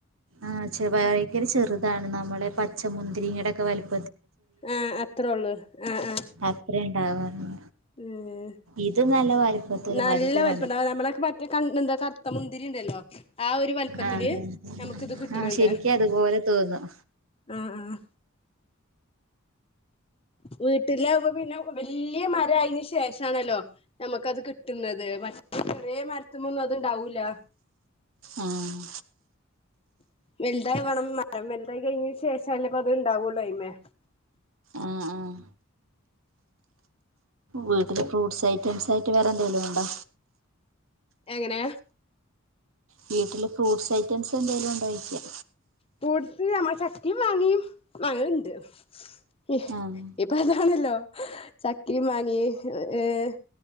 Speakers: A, on the right; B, on the left.
A: ആഹ് ച്ചേ വായ് ഭയങ്കര ചെറുതാണ് ഞമ്മളെ പച്ച മുന്തിരിങ്ങാടെക്ക വലിപ്പ്
B: ആഹ് അത്രോള്ളു ആഹ് ആഹ്
A: അത്ര ഉണ്ടാവാറുണ്ട്
B: ആഹ്
A: ഇത് നല്ല വലിപ്പത്തില്
B: നല്ല
A: വലുത്
B: വലിപ്പോണ്ടാകും
A: കണ്ടിട്ടുണ്ട്
B: നമ്മട മറ്റേ കൺ എന്താ കർത്ത മുന്തിരി ഇണ്ടല്ലോ ആ ഒരു വലിപ്പത്തില്
A: ആഹ്
B: നമ്ക്ക് ഇത് കിട്ടണ്ണ്ട്
A: ആഹ് ആഹ് ശരിക്കും അതുപോലെ തോന്നും
B: ആഹ് ആഹ് വീട്ടില് അപ്പ പിന്നെ വല്യ മാരായതിന് ശേഷാണല്ലോ ഞമ്മക്കത് കിട്ടുന്നത് പക്ഷെ <unintelligible> വേ മരത്തുമ്മേന്നും അതോണ്ടാവൂല്ല
A: ആഹ്
B: വെൽതാവണം മരം വെൽറതായി കഴിഞ്ഞ ശേഷല്ലേ പ്പ അത് ഇണ്ടാകുള്ളൂ അയ്മേ
A: ആഹ് ആഹ് വീട്ടില് ഫ്രൂട്സ് ഐറ്റംസ് ആയിട്ട് വേറെ എന്തേലും ഒണ്ടോ
B: എങ്ങനെ
A: വീട്ടില് ഫ്രൂട്സ് ഐറ്റംസ് എന്തേലും ഒണ്ടോ ചോയിച്ചയാ
B: ഫ്രൂട്സ് ചക്കേം മാങ്ങേ മാങ്ങേണ്ട് <unintelligible>
A: ആഹ്
B: ഇപ്പ അതാണല്ലോ ചക്കേം മാങ്ങേ ഏഹ്